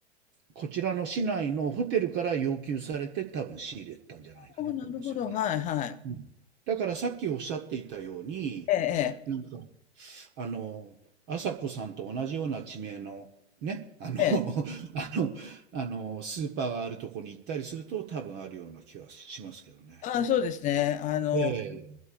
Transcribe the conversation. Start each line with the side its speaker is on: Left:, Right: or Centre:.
Right: こちらの市内のホテルから要求されて多分仕入れたんじゃないかなと思うんですよね。
Left: ああ、なるほど、はい、はい。
Right: うん。だからさっきおっしゃっていたように、
Left: ええ、
Right: なんか、あの、朝子さんと同じような地名の、ね、あの、
Left: ええ、
Right: <laughs>
Left: ええ。
Right: あの、あの、スーパーがあるとこに行ったりすると、多分あるような気はしますけどね。
Left: ああ、そうですね。あの、
Right: ええ、